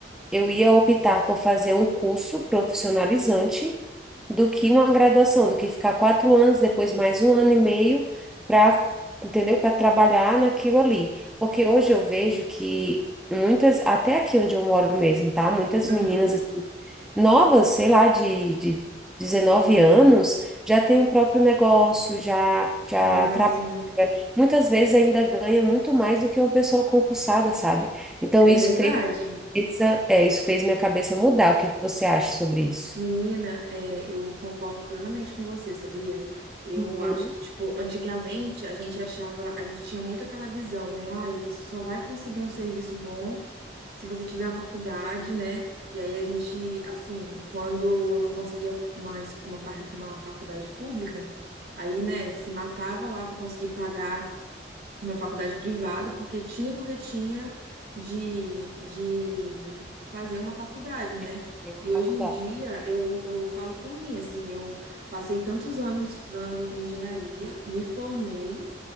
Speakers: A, in the centre; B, on the right.
A: eu ia optar por fazer um curso profissionalizante do que uma graduação, do que ficar quatro anos, depois mais um ano e meio para, entendeu? Para trabalhar naquilo ali. Porque hoje eu vejo que muitas, até aqui onde eu moro mesmo, tá? Muitas
B: aham.
A: meninas novas, sei lá, de, de 19 anos, já tem o próprio negócio, já, já
B: Ai,
A: trabalha.
B: sim,
A: Muitas vezes ainda ganha muito mais do que uma pessoa concursada, sabe? Então,
B: é
A: isso
B: verdade.
A: fez, essa- é, isso fez minha cabeça mudar. O que que você acha sobre isso?
B: Menina, é, eu concordo plenamente com você, sabia? Eu
A: Uhum.
B: acho que, tipo, antigamente a gente achava, a gente tinha muito aquela visão, né? Ai, você só vai conseguir um serviço bom se você tiver uma faculdade, né? E aí a gente, assim, quando não conseguia uma, es- uma, par- uma faculdade pública, aí, né, se matava lá para conseguir pagar uma faculdade privada, porque tinha, porque tinha de, de fazer uma faculdade, né?
A: De fazer uma
B: E hoje
A: faculdade.
B: em dia eu, eu falo por mim, assim, eu passei tantos anos estudando engenharia, me formei,